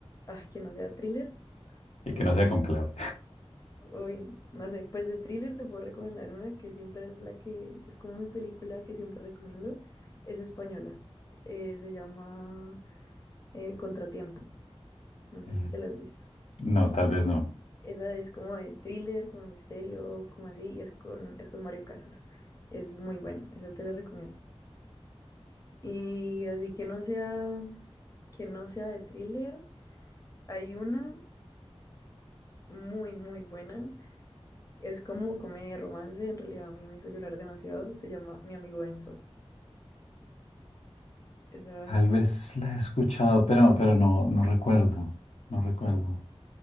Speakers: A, on the left (about 30°); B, on the left (about 85°).
A: Ah, que no sea thriller.
B: y
A: Dije,
B: que no sea con clave.
A: uy, no sé, pues de thriller te puedo recomendar una que siempre es la que, es como mi película que siempre recomiendo. Es española. Eh, se llama eh, Contratiempo. No
B: Eh,
A: sé si te la has visto.
B: No, tal vez no.
A: Esa es como de thriller, como de misterio, como así, y es con, es con Mario Casas. Es muy buena, esa te la recomiendo. Y así que no sea, que no sea de thriller, hay una muy, muy buena. Es como comedia romance, en realidad a mí me hizo llorar demasiado. Se llama Mi amigo Enzo. Esa
B: Tal vez la he escuchado, pero, pero no, no recuerdo. No recuerdo.